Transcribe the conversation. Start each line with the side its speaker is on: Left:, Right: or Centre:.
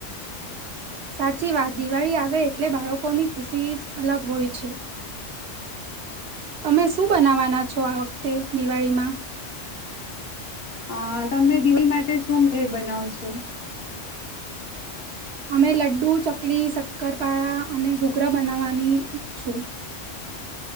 Right: સાચી વાત દિવાળી આવે એટલે બાળકોની ખુશી જ અલગ હોય છે? તમે શું બનાવવાના? છ આ વખતે દિવાળીમાં
Left: હ. તમે દીવી માટે સોમ બનાવ છો?
Right: અમે લડુ, ચકલી, શક્કર ળા અને ઘુઘરા બનાવવાની છું.